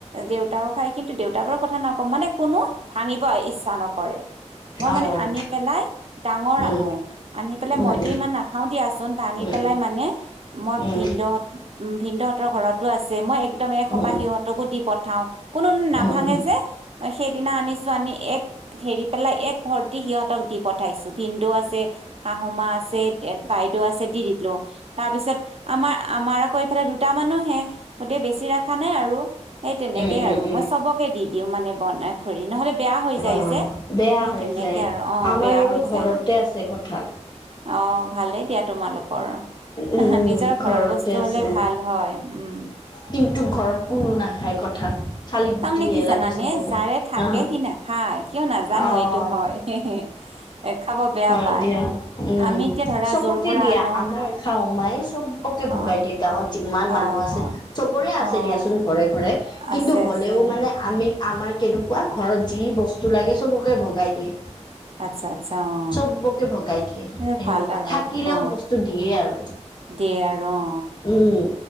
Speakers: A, on the right (about 55°); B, on the left (about 35°).
A: দেউতাও খায় কিন্তু দেউতা বা কথা ন কম মানে কোনো ভাঙিবই ইচ্ছা নকৰে, মই মানে
B: অ',
A: আনি পেলাই ডাঙৰ
B: উম,
A: আনো আনি পেলাই
B: উম,
A: মইতো
B: উম,
A: ইমান নাখাও দিয়াচোন ভাঙি
B: উম,
A: পেলাই মানে মই
B: উম,
A: ভিন্দহত ভিন্দহঁতৰ ঘৰত আছে মই একদম এসোপাহ
B: উম,
A: সিহঁতকো দি পঠাও কোনো নাভাঙে
B: উম, উম, উম, উম, উম, উম, অ', উম, উম,
A: যে সেইদিনা আনি এক হেৰি পেলাই এক ভৰ্তি সিহঁতক দি পঠাইছো ভিনদৌ আছে। শাহুমা আছে বাইদেউ আছে দি দিলো তাৰপিছত আমাৰ আমাৰ আকৌ এইফালে দু দুটা মানুহে গোটেই বেছি ৰখা নাই আৰু সেই তেনেকেই
B: উম, উম,
A: আৰু
B: উম,
A: মই চবকে দি দিওঁ মানে বনাই খৰি নহ'লে বেয়া হৈ
B: অ',
A: যায় যে
B: বেয়া
A: সেই
B: হৈ
A: তেনেকে
B: যায়
A: আৰু অ
B: আমাৰ
A: বেয়া
B: আৰু
A: হৈ
B: ঘৰতে
A: যায়।
B: আছে কঁঠাল।
A: অঁ ভালেই দিয়া তোমালোকৰ
B: উম,
A: নিজৰ ঘৰৰ
B: ঘৰতে
A: বস্তু
B: আছে
A: হলে ভাল হয় উম
B: কিন্তু ঘৰত কোনো নাখায় কঁঠাল খালি গুটিহে
A: তাৰমানে কি জানানে
B: লাগে চবকে।
A: যাৰে থাকে
B: আহ
A: সি নাখায় কিয় নাজানো
B: অ'
A: এইটো হয় এ খাব বেয়া
B: হয়
A: পায়
B: দিয়া উম
A: আমি এতিয়া ধৰা
B: চবকে
A: যৰ পৰা
B: দিয়া
A: আনো
B: আমাৰ শাহু মাই চবকে ভগাই
A: অ
B: দিয়ে গাঁৱত যিমান
A: অ
B: মানুহ আছে চবৰে আছে
A: অ
B: দিয়াচোন ঘৰে ঘৰে কিন্তু
A: আছে
B: হ'লেও
A: আছে
B: মানে
A: অ
B: আমি আমাৰ কেনেকুৱা ঘৰত যি বস্তু লাগে সবকে ভগাই দিয়ে
A: আচ্ছা আচ্ছা অ
B: চবকে ভগাই দিয়ে
A: এই ভাল
B: এনেকুৱা
A: আৰু
B: থাকিলেও
A: অ
B: বস্তু দিয়ে আৰু
A: দিয়ে আৰু অ
B: উম।